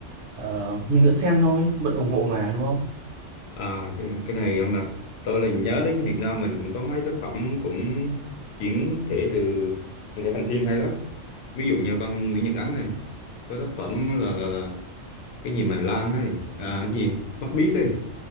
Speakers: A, on the right (about 65°); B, on the left (about 65°).
A: ờ, mình vẫn xem thôi, vẫn ủng hộ mà đúng không?
B: à cái, cái này ông nè tôi là nhớ đến Việt Nam mình cũng có mấy tác phẩm cũng chuyển thể từ chuyển thể thành phim hay lắm ví dụ nhà văn Nguyễn Nhật Ánh này có tác phẩm là là, là cái gì mà Lan này à cái gì Mắt Biếc đấy